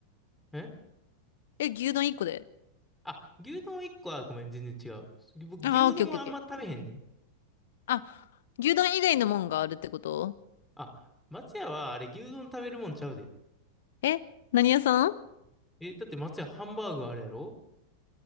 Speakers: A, in the centre; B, on the left.
A: ん
B: え、牛丼一個で
A: あ、牛丼1個はごめん、全然違う。僕、
B: ああけオッケーオッケーオッケー。
A: 牛丼はあんま食べへんねん。
B: あ、牛丼以外のもんがあるってこと
A: あ、松屋はあれ、牛丼食べるもんちゃうで。
B: え、何屋さん
A: え、だって松屋ハンバーグあるやろ